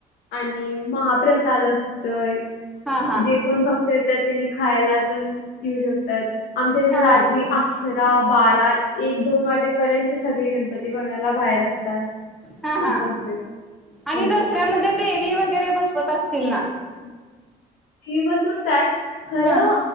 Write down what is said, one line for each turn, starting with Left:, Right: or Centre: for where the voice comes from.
Left: आणि महाप्रसाद असतो
Centre: हा हा
Left: जे कोण भक त्यांनी खायला पण येऊ शकतात आमच्या इथे
Centre: हा
Left: रात्री अक अकरा, बारा एक, दोन वाजेपर्यंत सगळे गणपती बघायला बाहेर असतात
Centre: हा हा
Left: असं असते.
Centre: आणि
Left: होय.
Centre: दसऱ्यामध्ये देवी वगैरे बसवत असतील ना.
Left: देवी बसवतात खरं
Centre: हा